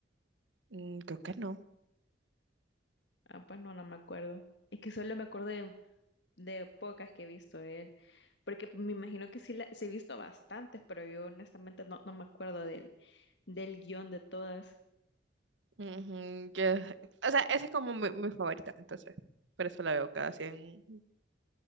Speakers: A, on the right (about 85°); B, on the left (about 70°).
A: Mm, creo que no.
B: Ah, pues no, no me acuerdo. Es que solo me acuerdo de, de pocas que he visto de él. Porque me imagino que sí, la, sí he visto bastantes, pero yo honestamente no, no me acuerdo del, del guión de todas.
A: Ujú, yo- o sea, ese es como mi, mi favorita, entonces. Por eso la veo cada cien